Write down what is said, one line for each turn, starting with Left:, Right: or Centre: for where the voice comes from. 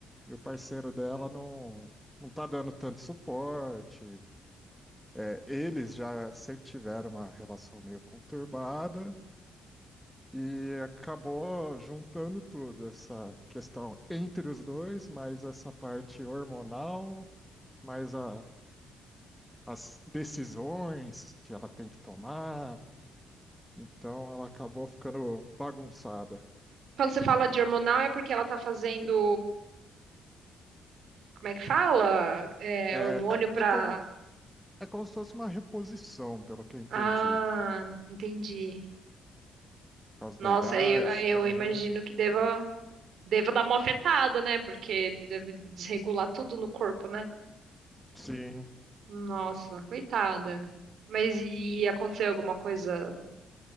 Centre: e o parceiro dela não, não tá dando tanto suporte. É, eles já sempre tiveram uma relação meio conturbada e acabou juntando tudo, essa questão entre os dois, mais essa parte hormonal, mais a, as decisões que ela tem que tomar Então ela acabou ficando bagunçada.
Right: Quando você fala de hormonal é porque ela tá fazendo. Como é que fala? É,
Centre: É,
Right: hormônio
Centre: é,
Right: pra.
Centre: é como, é como se fosse uma reposição, pelo que eu entendi.
Right: Ah, entendi.
Centre: Por causa
Right: Nossa,
Centre: da idade
Right: eu, eu
Centre: também.
Right: imagino que deva, deva dar uma afetada, né? Porque deve desregular tudo no corpo, né?
Centre: Sim.
Right: Nossa, coitada. Mas e aconteceu alguma coisa?